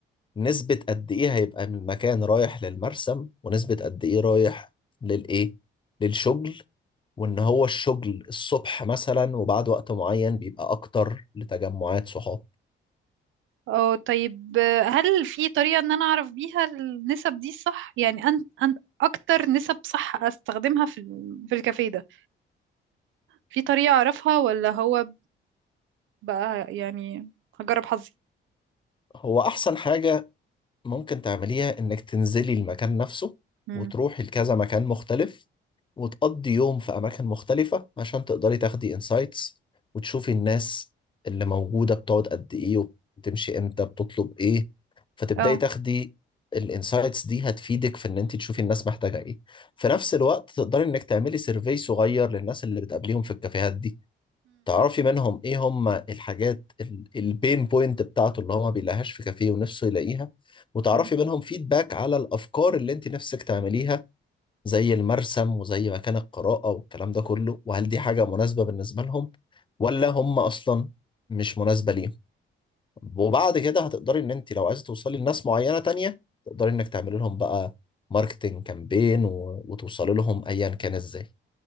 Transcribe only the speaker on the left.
نسبة قد إيه هيبقى من المكان رايح للمرسم ونسبة قد إيه رايح للإيه للشغل وإن هو الشغل الصبح مثلا وبعد وقت معين بيبقى أكتر لتجمعات صحاب
هو أحسن حاجة ممكن تعمليها انك تنزلي المكان نفسه
وتروحي لكذا مكان مختلف وتقضي يوم في اماكن مختلفة عشان تقدري تاخدي انسايتس وتشوفي الناس اللي موجودة بتقعد قد ايه وبتمشي امتى بتطلب ايه فتبداي
تاخدي الانسايتس دي هتفيدك في ان انت تشوفي الناس محتاجة ايه في نفس الوقت تقدري انك تعملي سيرفي صغير للناس اللي بتقابليهم في الكافيهات دي تعرفي منهم ايه هم الحاجات البين بوينت بتاعته اللي هو ما بيلاقيهاش في كافيه ونفسه يلاقيها وتعرفي
منهم فيدباك على الافكار اللي انت نفسك تعمليها زي المرسم وزي مكان القراءة والكلام ده كله وهل دي حاجة مناسبة بالنسبة لهم ولا هم اصلا مش مناسبة ليهم وبعد كده هتقدري ان انت لو عايزة توصلي لناس معينة تانية تقدري انك تعملي لهم بقى ماركتنج كامبين وتوصلي لهم ايا كان ازاي